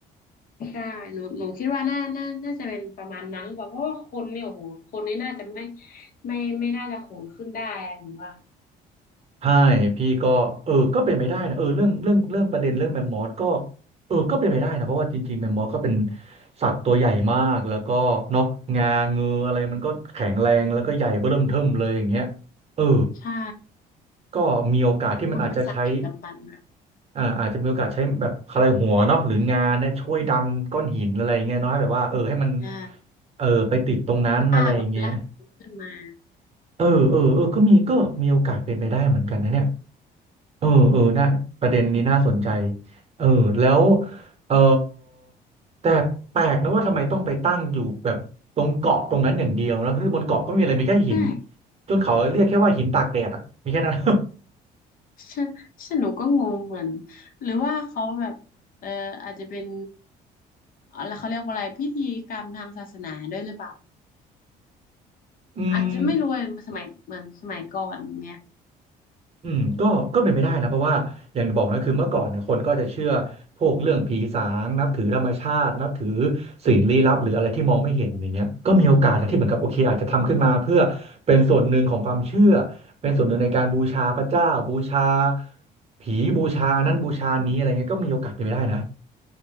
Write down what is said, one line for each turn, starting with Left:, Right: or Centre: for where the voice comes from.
Left: ใช่หนูหนูคิดว่าน่าน่าน่าจะเป็นประมาณนั้นหรือเปล่าเพราะว่าคนเนี่ยโอ้โหคนนี่น่าจะไม่ไม่ไม่น่าจะขนขึ้นได้อะหนูว่า
Right: ใช่พี่ก็เออก็เป็นไปได้นะเออเรื่องเรื่องเรื่องประเด็นเรื่องแมมมอสก็เออก็เป็นไปได้นะเพราะว่าจริงๆแมมมอสก็เป็นสัตว์ตัวใหญ่มากแล้วก็เนาะงาเงืออะไรมันก็แข็งแรงแล้วก็ใหญ่เบ้อเริ่มเทิ่มเลยอย่างเงี้ยเออ
Left: ใช่
Right: ก็มีโอกาสที่มันอาจจะใช้
Left: แล้วมันก็เป็นสัตว์ดึกดำบรรพ์อะ
Right: อ่าอาจจะมีโอกาสใช้แบบอะไรหัวเนาะหรืองาเนี่ยช่วยดันก้อนหินอะไรอย่างเงี้ยเนาะให้แบบว่าเออให้มัน
Left: ใช่
Right: เออไปติดตรงนั้นอะไรอย่างเงี้ย
Left: ลากแบบลากขึ้นมา
Right: เออเออเออก็มีก็มีโอกาสเป็นไปได้เหมือนกันนะเนี่ย เออเออน่าประเด็นนี้น่าสนใจเออแล้วเออแต่แปลกนะว่าทำไมต้องไปตั้งอยู่แบบตรงเกาะตรงนั้นอย่างเดียวนะคือบนเกาะก็ไม่มีอะไรมีแค่หิน
Left: ใช่
Right: จนเขาเรียกแค่ว่าหินตากแดดอ่ะมีแค่นั้น
Left: ฉันฉันหนูก็งงเหมือน หรือว่าเขาแบบเอออาจจะเป็นอะไรเขาเรียกว่าอะไรพิธีกรรมทางศาสนาด้วยหรือเปล่า
Right: <laughs> อืม
Left: อาจจะไม่รู้เลยสมัยเหมือนสมัยก่อนเนี้ย
Right: อืมก็ก็เป็นไปได้นะเพราะว่าอย่างบอกนะคือเมื่อก่อนเนี่ยคนก็จะเชื่อพวกเรื่องผีสางนับถือธรรมชาตินับถือสิ่งลี้ลับหรืออะไรที่มองไม่เห็นอย่างเงี้ยก็มีโอกาสนะที่เหมือนกับโอเคอาจจะทำขึ้นมาเพื่อเป็นส่วนหนึ่งของความเชื่อเป็นส่วนหนึ่งในการบูชาพระเจ้าบูชาผีบูชานั้นบูชานี้อะไรเงี้ยก็มีโอกาสเป็นไปได้นะ